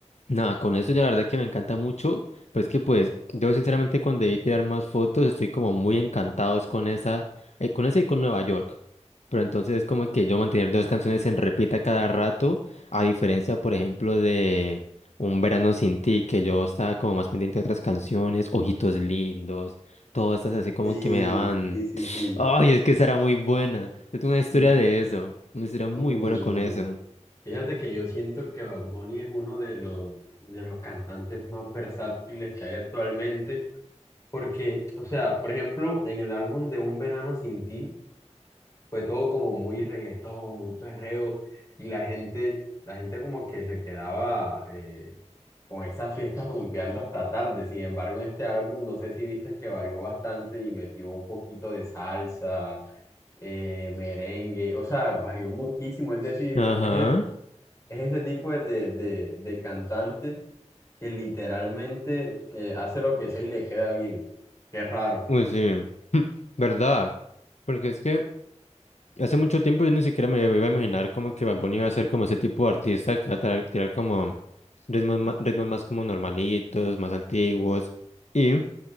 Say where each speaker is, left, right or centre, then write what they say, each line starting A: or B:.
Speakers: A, on the left (about 70°); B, on the left (about 25°).
A: nada, con eso ya la verdad que me encanta mucho. Pues que pues yo sinceramente cuando debí tirar más fotos estoy como muy encantado es con esa, eh, con esa y con Nueva York. Pero entonces es como que yo mantener dos canciones en repita cada rato, a diferencia, por ejemplo, de Un Verano Sin Ti, que yo estaba como más pendiente de otras canciones, Ojitos Lindos, todas estas así como
B: Sí,
A: que me daban,
B: sí, sí, sí.
A: ay, es que esa era muy buena. Yo tengo una historia
B: Mm,
A: de eso, una historia muy
B: uh,
A: buena con eso.
B: fíjate que yo siento que Bad Bunny es uno de los, de los cantantes más versátiles que hay actualmente. Porque, o sea, por ejemplo, en el álbum de Un Verano Sin Ti fue todo como muy reggaetón, muy perreo, y la gente, la gente como que se quedaba eh, con esas fiestas rumbeando hasta tarde. Sin embargo, en este álbum, no sé si viste que varió bastante y metió un poquito de salsa, eh, merengue, o sea, varió muchísimo. Es decir,
A: Ajá.
B: es, e- es ese tipo de, de, de- de cantante que literalmente eh, hace lo que sea y le queda bien. Qué raro.
A: Uy, sí, <clears throat> <laughs> verdad, porque es que hace mucho tiempo yo ni siquiera me iba a imaginar como que Bad Bunny iba a ser como ese tipo de artista que va a tra- tirar como ritmos más, ritmos más como normalitos, más antiguos, y